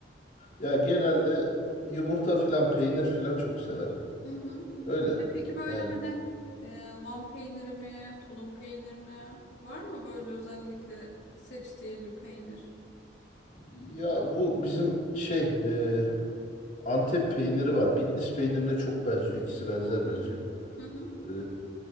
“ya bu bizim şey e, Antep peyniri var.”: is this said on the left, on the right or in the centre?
Left